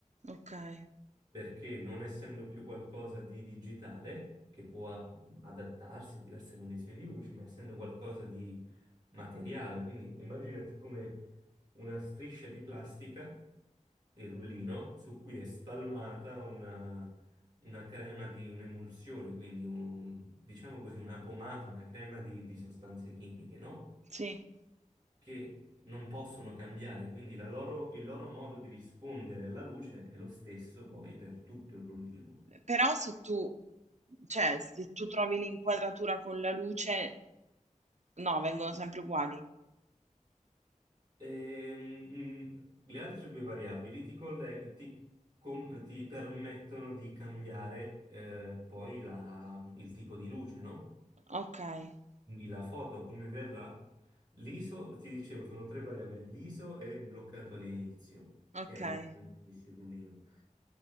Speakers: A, on the right; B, on the right.
A: okay,
B: perché non essendo più qualcosa di digitale, che può a- adattarsi a diverse condizioni di luce, ma essendo qualcosa di materiale, quindi immaginati come una striscia di plastica, il rullino, su cui è spalmata una, una crema di un'emulsione, quindi un- diciamo così una pomata, una crema di, di sostanze chimiche, no?
A: sì.
B: Che non possono cambiare, quindi la loro- il loro modo di rispondere alla luce è lo stesso poi per tutto il rullino.
A: Però se tu cioè, se tu trovi l'inquadratura con la luce no, vengono sempre uguali.
B: Ehm, mm, le altre due variabili ti, colle- ti com- ti permettono di cambiare eh, poi la- il tipo di luce, no?
A: Okay,
B: Quindi la foto come verrà, l'ISO, ti dicevo, sono tre variabili, l'ISO è bloccato all'inizio,
A: okay,
B: ok? Quindi il rullino.